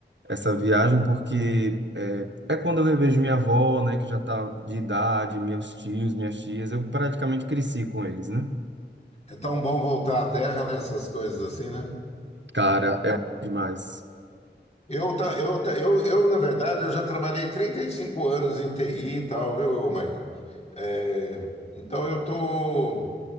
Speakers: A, on the right; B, on the left.
A: essa viagem, porque é, é quando eu revejo minha avó, né, que já tá de idade, meus tios, minhas tias, eu praticamente cresci com eles, né?
B: É tão bom voltar à terra, né? Essas coisas assim, né?
A: Cara, é bom demais.
B: Eu, tá, eu, tá, eu, eu, na verdade, eu já trabalhei 35 anos em TI e tal, viu, Marco? É, então eu tô.